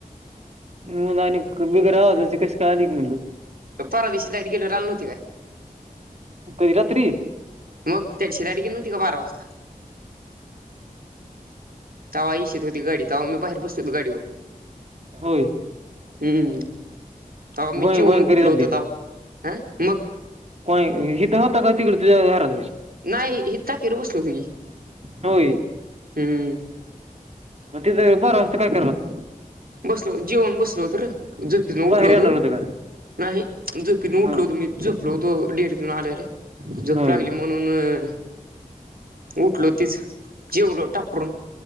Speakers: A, on the right; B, on the right.
A: <unintelligible> आणि बिगर आवाजाची कशी का आली की म्हणलं.
B: परवा दिवशी लाईड गेल्यावर आणली नव्हती काय?
A: कधी रात्री?
B: मग त्या दिवशी दाडी केली नव्हती का बारा वाजता? तव्हा इईशित होती गाडी तव्हा मी बाहेर पोसतो होतो गाडीवर
A: होय
B: हम्म. तेव्हा मी
A: गोय
B: जेवन
A: गोय करीत
B: उठलो होतो तेव्हा हं मग.
A: होय हिथं होता का तिकडे हर
B: नाही हित <unintelligible> बसल तुझी
A: होय
B: हम्म
A: मग तिथे बारा वाजता काय करत होतात.
B: बसलो, जेवुण बसलो होतो रे. झोपेतून उठलो
A: बाहेर येणार
B: होतो,
A: होतं का
B: नाही. झोपेतुन उठलो
A: हा
B: होतो मी, झोपलो होतो डेअरीतून आल्याआल्या, झोप
A: होय
B: लागली म्हणून उठलो तेच जेवलो टापरून.